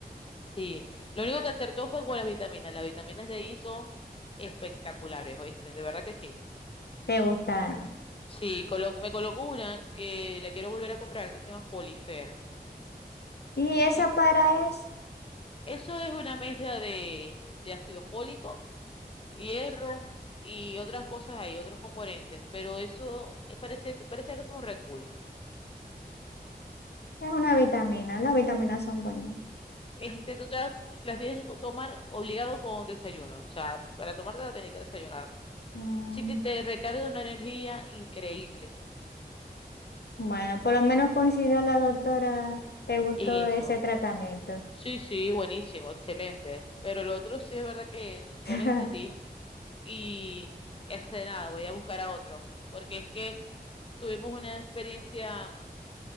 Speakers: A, on the left; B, on the left.
A: Sí, lo único que acertó fue con las vitaminas. Las vitaminas de ahí son espectaculares, ¿oíste? De verdad que sí.
B: te gustaron.
A: Sí, colo- me colocó una que la quiero volver a comprar, que se llama Folifer.
B: Y esa
A: Sí,
B: para es,
A: eso es una mezcla de, de ácido fólico, hierro y otras cosas ahí, otros componentes, pero eso eh, parece, que- parece que fue un Red Bull.
B: es una vitamina, las vitaminas son buenas.
A: Este, tú te las las tienes que co- tomar obligado con desayuno, o sea, para tomártela tenés que desayunar.
B: Mm,
A: Sí que te recarga de una energía increíble.
B: Bueno, por lo menos coincidió la doctora, te gustó
A: En eso.
B: ese tratamiento.
A: Sí, sí, buenísimo, excelente. Pero el otro sí es verdad que no
B: <laughs>
A: lo entendí. Y este nada, voy a buscar a otro. Porque es que tuvimos una experiencia mm,